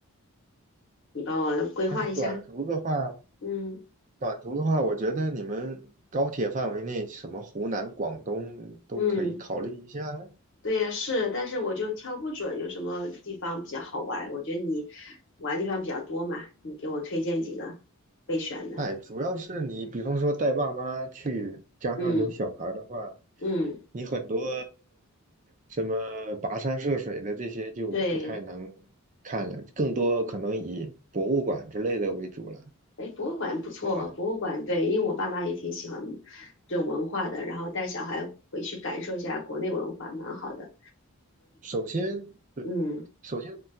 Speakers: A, on the left; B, on the right.
A: 你帮我规划一下。
B: 但是短途的话。
A: 嗯
B: 短途的话，我觉得你们高铁范围内，什么湖南、广东都可以考虑一下。
A: 嗯。对呀，是，但是我就挑不准有什么地方比较好玩。我觉得你玩的地方比较多嘛，你给我推荐几个备选的。
B: 哎，主要是你，比方说带爸妈去，加上有小孩儿的话，
A: 嗯嗯，
B: 你很多什么跋山涉水的这些就不太能
A: 对，
B: 看了，更多可能以博物馆之类的为主了，
A: 哎，博物馆不错，
B: 对吧？
A: 博物馆对，因为我爸妈也挺喜欢这种文化的，然后带小孩回去感受一下国内文化，蛮好的。
B: 首先，对，
A: 嗯
B: 首先